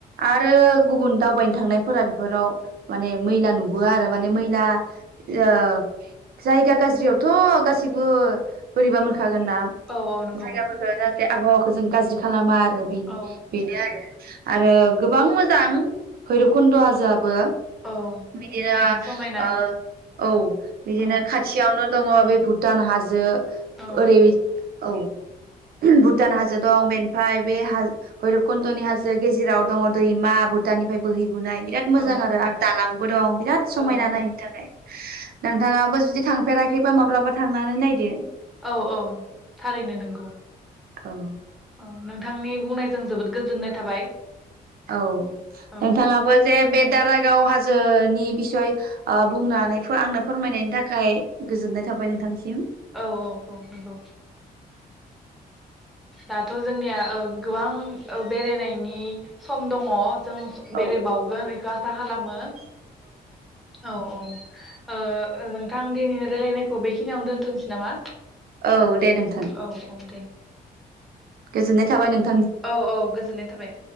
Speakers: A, on the right; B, in the centre.
A: आरो गुबुन दावबायनो थांनायफोरा बेफोराव माने मैला नुबोआ आरो माने मैला जाग जायगा गाज्रियावथ' गासैबो बोरैबा मोन खागोन ना
B: औ औ नंगौ
A: जायगाफोरखौ बे आबहावाखौ जों गाज्रि खालामा। आरो बिन
B: औ
A: बेनो आरो आरो
B: औ
A: गोबां मोजां। भैरबकन्द हाजोआबो
B: औ
A: बिदिनो
B: नायनो समायना
A: ओ औ बिदिनो
B: औ
A: खाथियाव नो दङ बे भुटान हाजो।
B: औ
A: ओरै औ भुटान हाजो दं बेनिफ्राय बे हाज भैरबकन्दनि हाजो गेजेराव दङ दैमा भुटाननिफ्राय बोहै बुनाय बिराद
B: औ
A: मोजां आरो आरो दालांबो दं बिराद समायना
B: औ
A: नायनो थाखाय। नोंथाङाबो जुदि थांफेराखैबा माब्लाबा थांनानै नायदो।
B: औ औ थारैनो नंगौ।
A: औ।
B: औ नोंथांनि बुंनायजों जोबोद गोजोननाय थाबाय।
A: औ
B: औ
A: नोंथाङाबो जे बे दारागाव हा जोनि बिसय ओ बुंनानै फोआंनो फोरमायनायनि थाखाय गोजोननाय थाबाय नोंथांनिसिम।
B: औ औ औ नंगौ। दाथ' जोंनिया ओ गोबां बेरायनायनि सम दङ। जों बेरायबावगोन
A: औ
B: बेखो आसा खालामो। औ औ ओ ओ नोंथां? आं दिनैनि रायलायनायखौ बेखिनियाव दोनथ'नोसै नामा?
A: औ दे नोंथां।
B: औ औ दे
A: गोजोननाय थाबाय नों
B: औ औ गोजोननाय थाबाय।